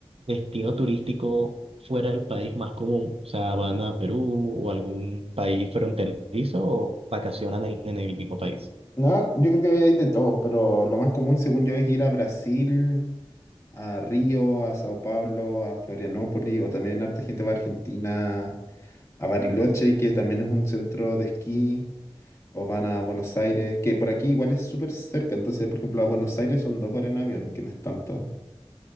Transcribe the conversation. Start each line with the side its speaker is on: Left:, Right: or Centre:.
Right: destino turístico fuera del país más común? O sea, ¿van a Perú o algún país fronterizo o vacacionan en, en el mismo país?
Left: No, yo creo que hay de todo, pero lo más común, según yo, es ir a Brasil, a Río, a Sao Paulo, a Florianópolis, o también harta gente va a Argentina, a Bariloche, que también es un centro de esquí. o van a Buenos Aires, que por aquí igual es súper cerca. Entonces, por ejemplo, a Buenos Aires son dos horas en avión, que no es tanto.